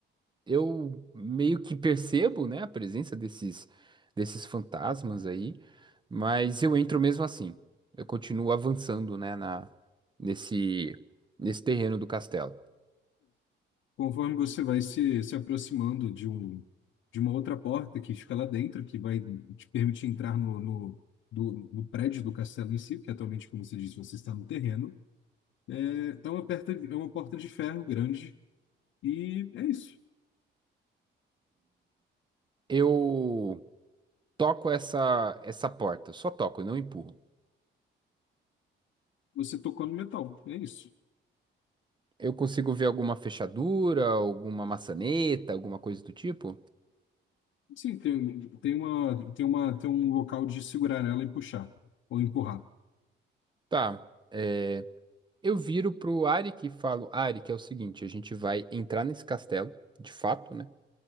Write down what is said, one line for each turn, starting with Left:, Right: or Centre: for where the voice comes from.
Right: eu meio que percebo, né, a presença desses desses fantasmas aí, mas eu entro mesmo assim. Eu continuo avançando, né, na nesse nesse terreno do castelo.
Left: Conforme você vai se, se aproximando de um, de uma outra porta que fica lá dentro, que vai te permitir entrar no, no, do, no prédio do castelo em si, que atualmente, como você disse, você está no terreno. É, é uma, perta, é uma porta de ferro grande e é isso.
Right: Eu toco essa essa porta, só toco, eu não empurro.
Left: Você tocou no metal, é isso.
Right: Eu consigo ver alguma fechadura, alguma maçaneta, alguma coisa do tipo?
Left: Sim, tem, tem uma, tem uma, tem um local de segurar ela e puxar, ou empurrar.
Right: Tá. é, eu viro pro Arik e falo, Arik, é o seguinte, a gente vai entrar nesse castelo, de fato, né?